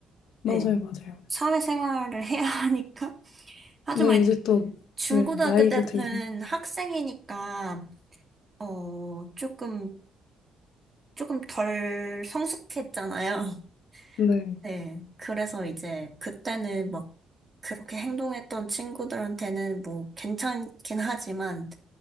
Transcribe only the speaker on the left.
맞아요,
맞아요.
네, 이제
또,
네, 나이도
들고.
네,